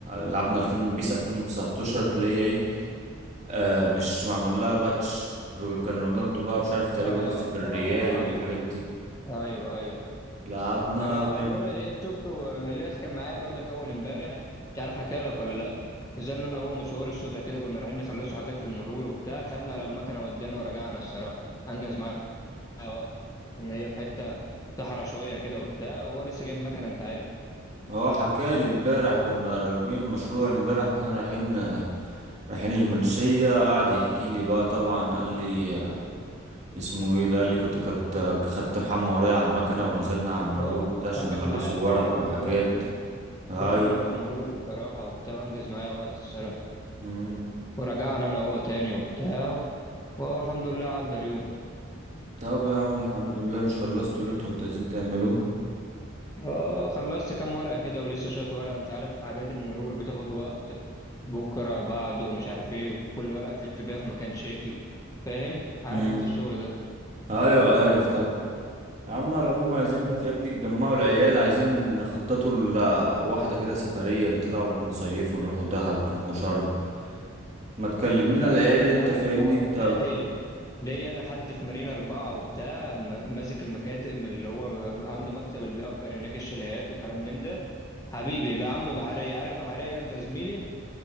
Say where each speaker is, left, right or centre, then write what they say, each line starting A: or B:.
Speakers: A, on the right (about 35°); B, on the left (about 15°).
A: لعبنا 2000 بيس 2019 اللي هي ايه آه مش معمول لها باتش رو- كان رونالدو بقى مش عارف تقريبا
B: اه
A: لسه في الريال
B: اه اه عرفت
A: والحاجات دي
B: ايوه ايوه
A: لعبنا
B: ما انا
A: بين
B: الولد الياس شفته الياس كان معايا برضك اول امبارح مش عارف حكى لك ولا لا نزلنا انا وهو مشوار الصبح كده كنا رايحين نخلصوا حاجات في المرور وبتاع خدنا على المكنه ودينا ورجعنا الصراحه انجز معايا وقت عشان هي في حته صحرا شويه كده وبتاع وهو لسه جايب مكنه انت عارف
A: هو حكالي امبارح كنا راكبين المشروع امبارح واحنا رايحين رايحين المنشية قعد يحكي لي بقى طبعا قال لي اسمه ايه ده قال لي كنت كنت خدت محمى ورايا على المكنة ونزلنا على المرور
B: اه
A: وبتاع عشان
B: انجز
A: نخلصوا
B: معايا الصراحه
A: ورق
B: رحنا
A: وحاجات
B: الاول
A: ايوه
B: رحنا انا اول مرور الصراحه وبتاع انجز معايا وقت الصراحه
A: مم.
B: ورجعنا انا هو تاني وبتاع والحمد لله عدى اليوم
A: طب يا عم الحمد لله مش خلصتوا اللي انتوا كنتوا عايزين تعملوه
B: اه خلصت كام ورقة كده ولسه شوية ورقة انت عارف حاجات المرور بتاخد وقت بكرة بعده مش عارف ايه وكل ورقة تلف بيها في مكان شكل فاهم عارف
A: مم.
B: انت الشغل ده
A: ايوه عارف طبعا يا عم على العموم عايزين
B: لا
A: فاهمني نجمعوا العيال عايزين نخططوا لواحدة كده سفرية نطلعوا ونصيفوا نروحوا دهب نروحوا شرم ما تكلمنينا
B: لا
A: العيال
B: يا عم
A: انت
B: تعالى
A: فاهمني
B: نطلع واحدة
A: انت
B: ساحل ليا انا حد في مارينا أربعة وبتاع م- ماسك المكاتب اللي هو عنده مكتب اللي بيأجر هناك الشاليهات وكلام من ده حبيبي بقى عم بحرية عارف بحرية انت زميلي